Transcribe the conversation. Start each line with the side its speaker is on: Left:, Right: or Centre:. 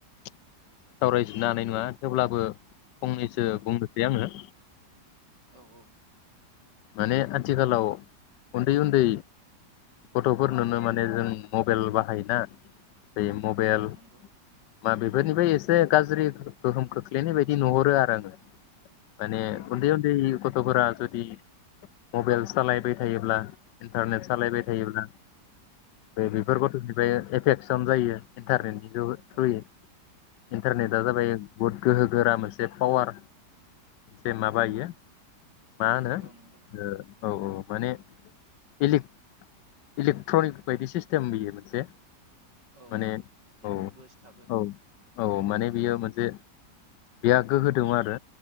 Left: सावरायजोबनो हानाय नङा थेवब्लाबो फंनैसो
Right: औ
Left: बुंनोसै आङो
Right: औ औ
Left: माने आथिखालाव उन्दै उन्दै गथ'फोरनोनो माने जों मबाइल बाहायोना? बे मबेइल
Right: औ नंगौ
Left: मा बेफोरनिफ्राय एसे गाज्रि गोहोम खोख्लैनाय बायदि नुहरो आरो आङो माने
Right: औ
Left: उन्दै उन्दै <unintelligible> थ'फोरा जु दि मबाइल सालायबाय थायोब्ला इन्टारनेट सालायबाय
Right: औ
Left: थायोब्ला बे <unintelligible> एफेक्सन जायो इन्टारनेटनि जोबै थ्रुयै
Right: औ
Left: इन्टारनेटआ जाबाय बुद गोहो गोरा मोनसे पावार मोनसे माबा
Right: औ
Left: इयो मा होनो
Right: औ नंगौ
Left: ओ औ-औ माने इलिक इलिक्ट्रनिक बायदि सिस्टेम बेयो मोनसे
Right: औ -
Left: माने
Right: औ जिहेतु
Left: औ
Right: बोसथाबो
Left: औ औ माने बियो मोनसे बेहा गोहो दं आरो